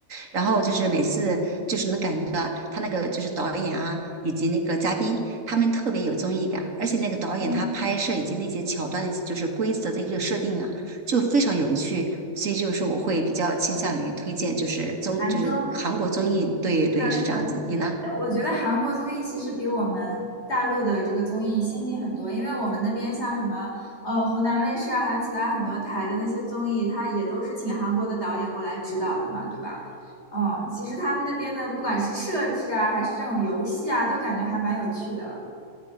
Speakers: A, on the right (about 60°); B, on the left (about 45°).
A: 然后就是每次就是能感觉到他那个就是导演啊，以及那个嘉宾，他们特别有综艺感，而且那个导演他拍摄以及那些桥段的，
B: 嗯，
A: 就是规则的一个设定啊，就非常有趣。所以就是我会比较倾向于推荐，就是综，
B: 韩综，
A: 就是韩国综艺，对对是这样子。
B: 是的，是的。
A: 你呢？
B: 哎我觉得韩国综艺其实比我们大陆的这个综艺先进很多，因为我们那边像什么呃湖南卫视啊，还有其他很多台的那些综艺，它也都是请韩国的导演过来指导的嘛，对吧？嗯，其实他们那边的不管是设置啊，还是这种游戏啊，都感觉还蛮有趣的。